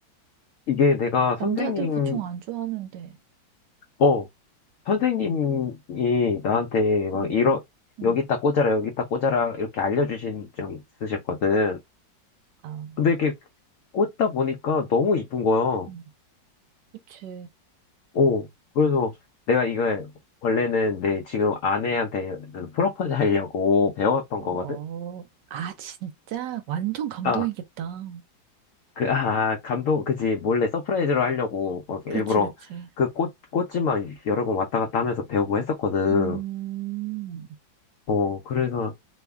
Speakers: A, on the left; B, on the right.
A: 이게 내가 선생님,
B: 남자들 보통 안 좋아하는데.
A: 어, 선생님이 나한테 막
B: 응,
A: 이러,
B: 응.
A: 여기다 꽂아라, 여기다 꽂아라, 이렇게 알려주신 적 있으셨거든.
B: 아,
A: 근데 이렇게 꽂다 보니까 너무 이쁜 거야.
B: 음, 그치.
A: 어, 그래서 내가 이걸 원래는 내 지금 아내한테 그 프로포즈 하려고 배웠던
B: 어,
A: 거거든?
B: 아, 진짜? 완전 감동이겠다.
A: 아, 그, 아, 감동, 그지. 몰래 서프라이즈로 하려고 막 일부러
B: 그치, 그치.
A: 그 꽃, 꽃지만 여러 번 왔다 갔다 하면서 배우고 했었거든.
B: 음,
A: 어, 그래서,